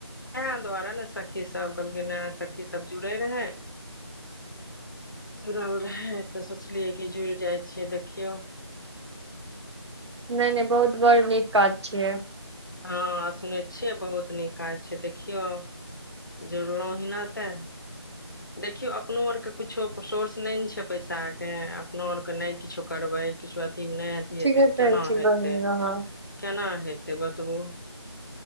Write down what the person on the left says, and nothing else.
तें दुआरे ने सखी सब कहलखिन सखी सब जुड़े रहै जुड़ल रहै तऽ सोचलियै कि जुड़ि जाइ छिय देखियौ
हँ सुनै छियै बहुत नीक काज छै देखियौ जुड़लहु हीना तऽ देखियौ अपनो आरके किछो कऽ सोर्स नइ न छै पैसा अर के अपनो आरके नइ किछो करबै किछो अ नहि अथि हेते
केना
हेते
केना हेतै बतबू